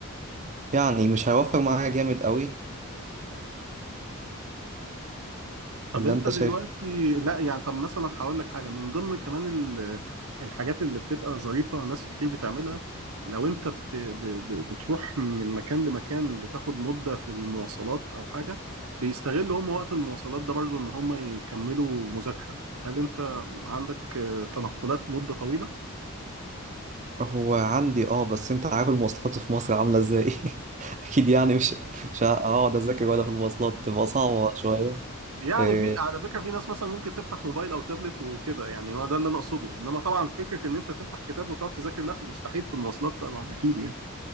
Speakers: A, on the right; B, on the right.
A: يعني مش هيوفر معايا جامد قوي
B: طب
A: ولا
B: انت
A: أنت
B: دلوقتي
A: شايف إيه؟
B: لا يعني طب مثلا هقول لك حاجه من ضمن كمان ال- الحاجات اللي بتبقى ظريفه ناس كتير بتعملها لو انت بت ب- ب- بتروح من مكان لمكان بتاخد مده في المواصلات او حاجه بيستغلوا هم وقت المواصلات ده برضو ان هم يكملوا مذاكره هل انت عندك آه، تنقلات مده طويله؟
A: هو عندي اه بس انت عارف المواصلات في مصر عاملة ازاي <laughs> اكيد يعني مش مش هقعد اذاكر ولا في المواصلات تبقى صعبة شوية
B: يعني
A: آه،
B: في على فكرة في ناس مثلا ممكن تفتح موبايل او تابلت وكده يعني هو ده اللي انا اقصده انما طبعا فكرة ان انت تفتح كتاب وتقعد تذاكر لا مستحيل في المواصلات طبعا اكيد يعني